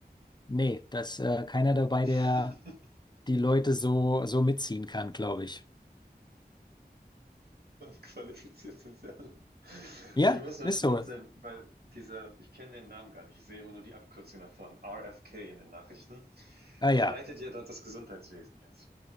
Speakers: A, on the left (about 25°); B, on the right (about 70°).
A: nee, dass äh, keiner dabei,
B: <laughs>
A: der die Leute so, so mitziehen kann, glaube ich.
B: Qualifiziert sind sie alle.
A: Ja,
B: Ich muss nur
A: ist
B: schmunzeln,
A: so.
B: weil dieser, ich kenne den Namen gar nicht, ich sehe immer nur die Abkürzung davon, RFK in den Nachrichten.
A: Ah ja.
B: Der leitet ja dort das Gesundheitswesen jetzt.